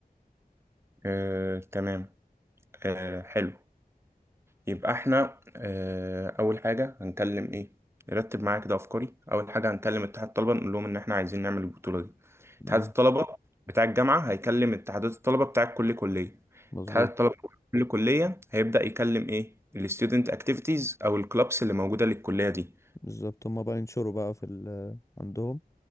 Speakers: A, on the right (about 15°); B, on the left (about 20°).
A: آه، تمام آه، حلو يبقى احنا آه، اول حاجه هنكلم ايه نرتب معايا كده افكاري اول حاجه هنكلم اتحاد الطلبه نقول لهم ان احنا عايزين نعمل البطوله دي
B: مم،
A: اتحاد الطلبه بتاع الجامعه هيكلم اتحادات الطلبه بتاع كل كليه
B: مظبوط
A: اتحاد الطلبه بتاع كل كليه هيبدأ يكلم ايه الستودنت اكتيفيتيز او الكلابس اللي موجوده للكليه دي
B: بالظبط هم بقى ينشروا بقى في ال عندهم